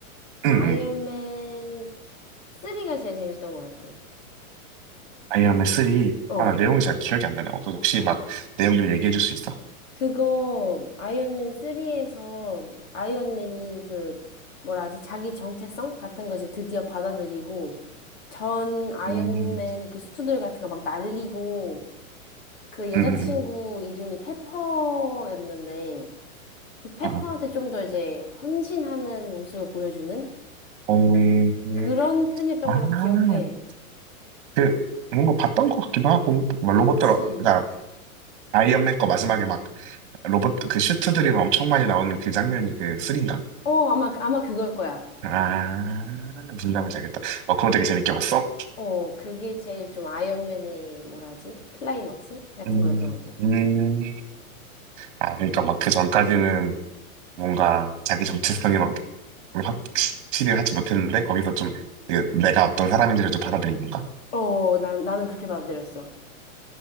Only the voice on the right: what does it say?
응,
응.
아이언맨 3.
아, 나 내용이 잘 기억이 안 나네. 어, 그 혹시 막 내용 좀 얘기해 줄 수 있어?
음,
응, 응,
응.
어, 어. 어,
아,
그, 뭔가 봤던 것 같기도 하고, 막
로봇들, 나 아이언맨 거 마지막에 막 로봇, 그 슈트들이 막 엄청 많이 나오는 그 장면이 그 3인가?
아, 무슨 장면인지 알겠다. 어, 그거 되게 재밌게 봤어?
음,
음. 아, 그러니까 막 그 전까지는 뭔가 자기 정체성이 막 확실히 하지 못했는데 거기서 좀 이게 내가 어떤 사람인지를 좀 받아들인 건가?